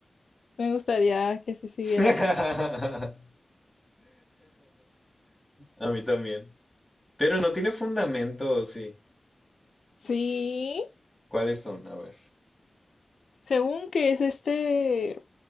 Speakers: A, on the left; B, in the centre.
A: Me gustaría que sí siguiera
B: <laughs>
A: vivo.
B: A mí también. Pero no tiene fundamento, ¿o sí?
A: Sí,
B: ¿Cuáles son? A ver.
A: según que es este,